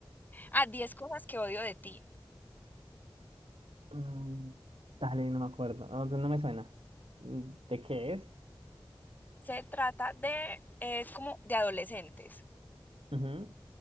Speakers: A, on the left; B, on the right.
A: Ah, diez cosas que odio de ti.
B: Mm, dale, no me acuerdo. O sea, no me suena. Mm, ¿De qué es?
A: Se trata de... Es como de adolescentes.
B: Ujú.